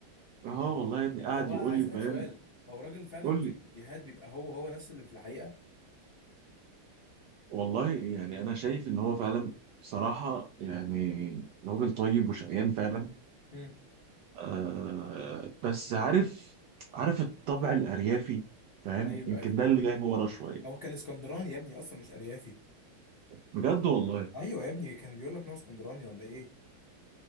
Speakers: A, on the right (about 85°); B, on the left (about 75°).
A: اه والله يا ابني قاعد
B: هو بقى
A: يقول
B: عايز
A: لي
B: اسالك
A: فاهم
B: سؤال هو الراجل فعلا
A: قول
B: في
A: لي
B: الفيديوهات بيبقى هو هو نفس اللي في الحقيقة
A: والله يعني انا شايف ان هو فعلا بصراحة يعني راجل طيب وشقيان فعلا
B: امم
A: آه بس عارف عارف الطبع الأريافي فاهم
B: ايوه
A: يمكن
B: ايوه
A: ده اللي جايبه ورا شوية
B: هو كان اسكندراني يا ابني اصلا مش اريافي
A: بجد والله
B: ايوه يا ابني كان بيقول لك ان هو اسكندراني ولا ايه